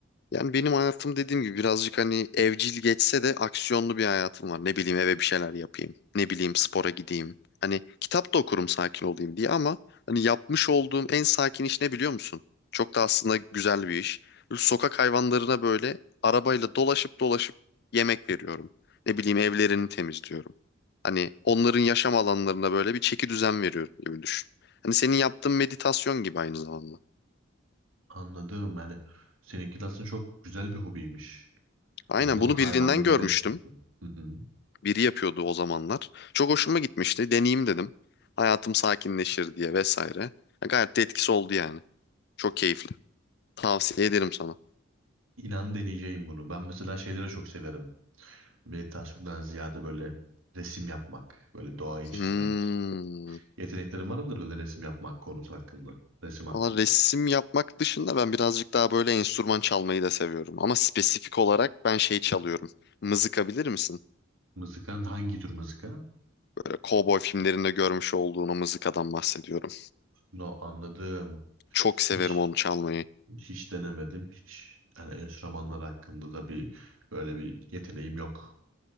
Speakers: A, on the left; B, on the right.
A: Yani benim hayatım dediğim gibi birazcık hani evcil geçse de aksiyonlu bir hayatım var. Ne bileyim eve bir şeyler yapayım. Ne bileyim spora gideyim. Hani kitap da okurum sakin olayım diye ama hani yapmış olduğum en sakin iş ne biliyor musun? Çok da aslında güzel bir iş. Böyle Sokak hayvanlarına böyle arabayla dolaşıp dolaşıp yemek veriyorum. Ne bileyim evlerini temizliyorum. Hani onların yaşam alanlarına böyle bir çeki düzen veriyorum gibi düşün. Hani senin yaptığın meditasyon gibi aynı zamanda.
B: Anladım yani seninki de aslında çok güzel bir hobiymiş.
A: Aynen
B: Yani sokak
A: bunu birinden
B: hayvanlarını
A: görmüştüm.
B: besliyorsun. Hı hı.
A: biri yapıyordu o zamanlar. Çok hoşuma gitmişti. Deneyeyim dedim. Hayatım sakinleşir diye vesaire. Ya Gayet de etkisi oldu yani. Çok keyifli. Tavsiye ederim sana.
B: İnan deneyeceğim bunu. Ben mesela şeylere çok severim. Meditasyondan ziyade böyle resim yapmak, böyle doğayı çizmek.
A: Hmm.
B: Yeteneklerin var mıdır böyle resim yapmak konusu hakkında? Resim hakkında.
A: Valla resim yapmak dışında ben birazcık daha böyle enstrüman çalmayı da seviyorum. Ama spesifik olarak ben şey çalıyorum. Mızıka bilir misin?
B: Mızıkan hangi tür mızıka?
A: Böyle kovboy filmlerinde görmüş olduğun o mızıkadan bahsediyorum.
B: No, anladım.
A: Çok severim
B: Hiç
A: onu çalmayı.
B: hiç denemedim. Hiç yani enstrümanlar hakkında da bir böyle bir yeteneğim yok.